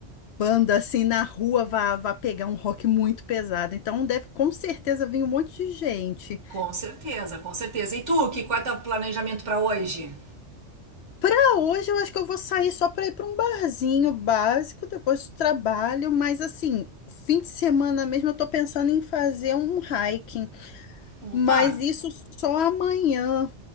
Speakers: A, on the left; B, on the right.
A: banda assim na rua vá, vá pegar um rock muito pesado. Então deve com certeza vir um monte de gente.
B: Com certeza, com certeza. E tu, que qual é teu planejamento para hoje?
A: Pra hoje, eu acho que eu vou sair só pra ir pra um barzinho básico depois do trabalho, mas assim, fim de semana mesmo eu tô pensando em fazer um hiking,
B: Opa.
A: mas isso só amanhã.